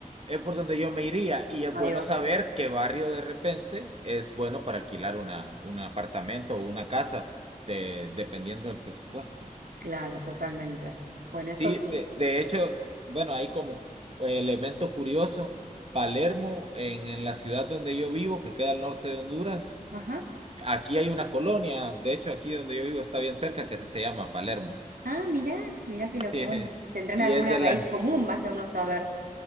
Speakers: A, on the right; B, on the right.
A: es por donde yo me iría y es
B: más.
A: bueno saber qué barrio de repente es bueno para alquilar una, un apartamento o una casa, de- dependiendo del presupuesto. ¿no?
B: Claro, totalmente. Bueno,
A: Sí,
B: eso sí.
A: de, de hecho, bueno, hay como elemento curioso, Palermo, en, en la ciudad donde yo vivo, que queda al norte de Honduras,
B: Ajá.
A: aquí hay una colonia, de hecho aquí donde yo vivo está bien cerca, que así se llama Palermo.
B: Ah, mirá, mirá qué loco.
A: Sí,
B: Bueno,
A: <laughs>
B: tendrán
A: y
B: alguna
A: es de
B: raíz
A: las
B: común, vaya uno a saber.